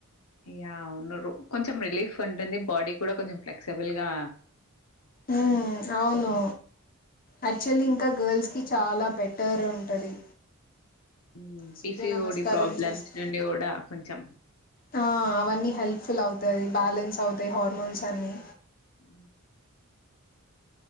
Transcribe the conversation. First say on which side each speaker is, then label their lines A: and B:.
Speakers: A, on the left (about 75°); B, on the left (about 40°).
A: య్యా ఉండదు కొంచెం రిలీఫ్ ఉంటుంది బాడీ కూడా కొంచెం ఫ్లెక్సిబుల్ గా
B: ఆ అవును యాక్చువల్లీ ఇంకా గర్ల్స్ కి చాలా బెటర్ ఉంటది
A: హ్మ్.
B: సూర్య
A: పీసీఓడి
B: నమస్కారం
A: ప్రాబ్లమ్స్
B: చూస్త్
A: నుండి గూడా కొంచెం
B: ఆ అవన్నీ హెల్ప్ఫుల్ అవు అది బ్యాలెన్స్ అవుతాయి హార్మోన్స్ అన్నీ
A: ఊ